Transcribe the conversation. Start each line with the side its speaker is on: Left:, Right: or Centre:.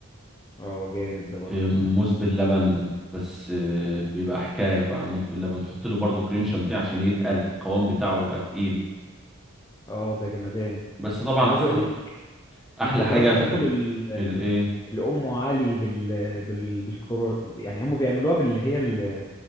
Left: اه جامد ده برضه
Centre: آه، موز باللبن بس آه، بيبقى حكايه بقى موز باللبن تحط له برضو كريم شانتيه عشان يتقل القوام بتاعه يبقى تقيل
Left: اه ده جمدان
Centre: بس طبعا
Left: انا عاوز
Centre: احلى
Left: اقول لك
Centre: احلى
Left: انت جربت
Centre: حاجه في
Left: تاكل
Centre: ال...
Left: ال آه،
Centre: الايه
Left: الام علي بال بال بالكرو يعني هم بيعملوها باللي هي ال...